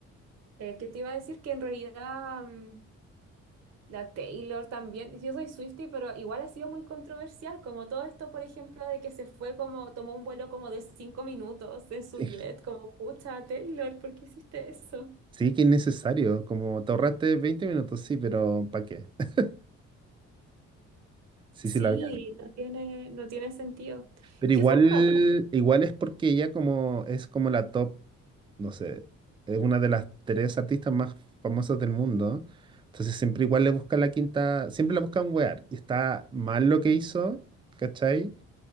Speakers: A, on the right; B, on the right.
A: eh, ¿qué te iba a decir? Que en realidad mm, La Taylor también, yo soy Swiftie, pero igual ha sido muy controversial, como todo esto, por ejemplo, de que se fue como, tomó un vuelo como de cinco minutos en su
B: Sí,
A: jet, como, pucha, Taylor, ¿por qué hiciste eso?
B: sí que es necesario Como te ahorraste 20 minutos, sí, pero ¿para qué? <laughs> Sí,
A: Sí,
B: sí, la vi.
A: no tiene, no tiene sentido.
B: Pero
A: ¿Qué
B: igual,
A: otro cabrón?
B: igual es porque ella como es como la top, no sé, es una de las tres artistas más famosas del mundo. Entonces siempre igual le buscan la quinta, siempre la buscan wear. Y está mal lo que hizo, ¿cachai?